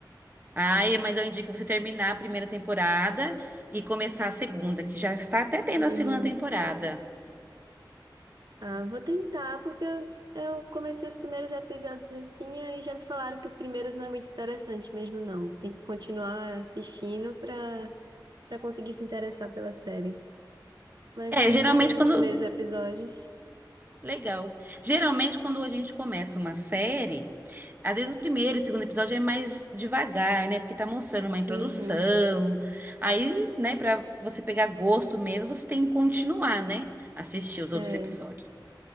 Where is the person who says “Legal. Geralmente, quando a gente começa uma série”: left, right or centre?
Right